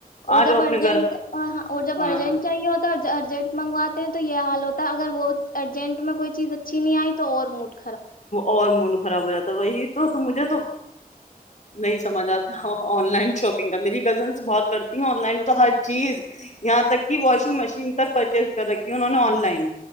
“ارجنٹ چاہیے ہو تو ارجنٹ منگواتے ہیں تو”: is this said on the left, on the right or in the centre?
Left